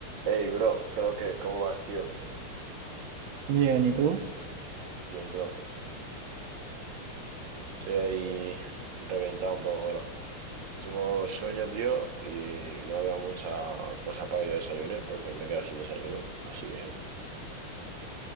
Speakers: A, on the right; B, on the right.
A: Hey, bro, creo que, ¿cómo vas, tío?
B: Bien, ¿y tú?
A: Bien, bro. Estoy ahí reventado un poco, bueno. Supongo sueño, tío, y no había mucha cosa para que yo desayune, porque me quedo sin desayuno, así que...